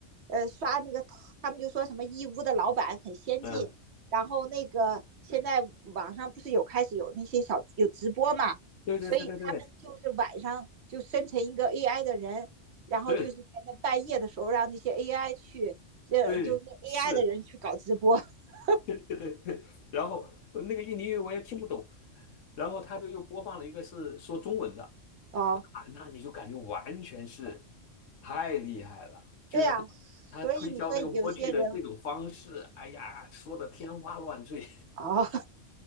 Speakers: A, on the right; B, on the left.
A: 呃，刷那个，他们就说什么义乌的老板很先进，
B: 嗯，
A: 然后那个现在网上不是有开始有那些小有直播嘛，
B: 对对对对对对
A: 所以他们就是晚上就生成一个 AI 的人，然后就是在那半夜的时候让那些
B: 对
A: AI 去，呃，
B: 对，
A: 就那 AI
B: 是。
A: 的人去搞直播。<laughs>
B: <laughs> 对对对，然后呃那个印尼语我也听不懂，然后他就又播放了一个是说中文的，
A: 哦，
B: 哇，那你就感觉完全是太厉害了，就是他他推销那个莴苣的这种方式，
A: 对呀、所以你说有些人，
B: 哎呀，说的天花乱坠。<laughs>
A: 哦，